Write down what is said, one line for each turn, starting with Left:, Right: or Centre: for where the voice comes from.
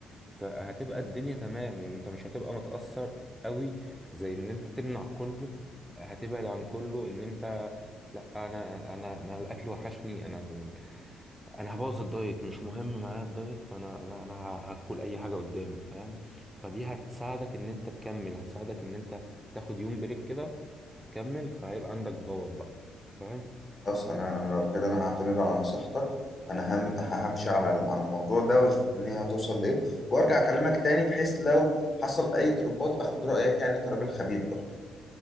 Centre: فهتبقى الدنيا تمام وانت مش هتبقى متأثر قوي زي ان انت تمنع كله هتبعد عن كله ان انت لا انا انا انا الاكل وحشني انا ال- انا هبوظ الدايت مش مهم معايا الدايت فانا لا انا ه- هاكل اي حاجه قدامي فاهم فدي هتساعدك ان انت تكمل هتساعدك ان انت تاخد يوم بريك كده هتكمل فهيبقى عندك باور بقى فاهم
Left: خلاص انا انا لو كده انا هعتمد على نصيحتك انا هم همشي على ال- على الموضوع ده واشوف الدنيا هتوصل لايه وارجع اكلمك تاني بحيث لو حصل اي ضربات اخد رايك يعني كراجل خبير برضه